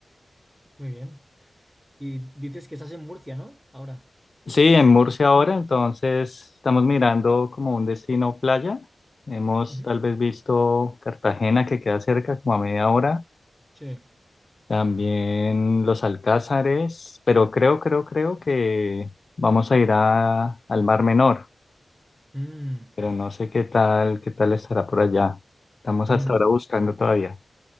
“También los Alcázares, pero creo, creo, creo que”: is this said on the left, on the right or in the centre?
Left